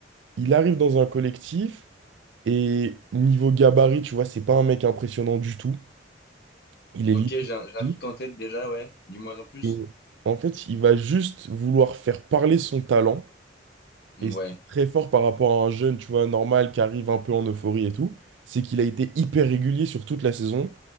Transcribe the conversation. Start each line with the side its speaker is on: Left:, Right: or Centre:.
Right: Il arrive dans un collectif et niveau gabarit, tu vois, c'est pas un mec impressionnant du tout. Il est
Left: Ok,
Right: limite
Left: j'ai un, j'ai
Right: petit.
Left: un truc en tête déjà, ouais. Dis-moi en plus.
Right: Et en fait, il va juste vouloir faire parler son talent
Left: Ouais.
Right: Et ce qui est très fort par rapport à un jeune, tu vois, normal, qui arrive un peu en euphorie et tout, c'est qu'il a été hyper régulier sur toute la saison